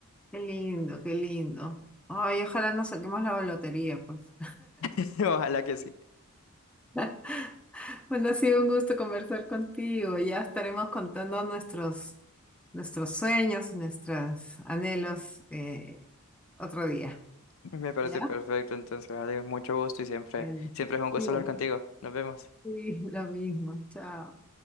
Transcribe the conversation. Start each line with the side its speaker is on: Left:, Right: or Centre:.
Centre: Qué lindo, qué lindo. Ay, ojalá nos saquemos la lotería, pues.
Left: <laughs> Ojalá que sí.
Centre: <laughs> Bueno, ha sido un gusto conversar contigo. Ya estaremos contando nuestros, nuestros sueños y nuestros anhelos eh, otro día.
Left: Me parece
Centre: ¿Ya?
Left: perfecto. Entonces, adiós, mucho gusto y siempre,
Centre: Bueno.
Left: siempre es un gusto
Centre: Igual.
Left: hablar contigo. Nos vemos.
Centre: Sí, lo mismo. Chao.